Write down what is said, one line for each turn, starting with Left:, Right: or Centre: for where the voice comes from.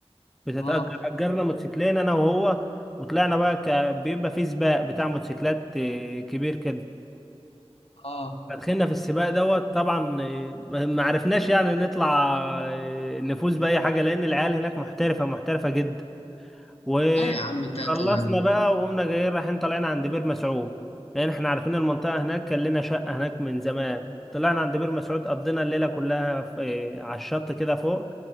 Centre: بتتأجر
Left: اه
Centre: أجرنا موتوسيكلين انا وهو وطلعنا بقى ك... بيبقى في سباق بتاع موتوسيكلات ايه، كبير كده
Left: اه
Centre: فدخلنا في السباق دوت طبعا ايه، ما ما عرفناش يعني نطلع ايه، نفوز بأي حاجة لأن العيال هناك محترفة محترفة جدا وخلصنا
Left: لا يا عم انت هتبقى
Centre: بقى وقمنا جايين رايحين طالعين عند بير مسعود لان احنا عارفين المنطقه هناك كان لنا شقه هناك من زمان طلعنا عند بير مسعود قضينا الليله كلها في على الشط كده فوق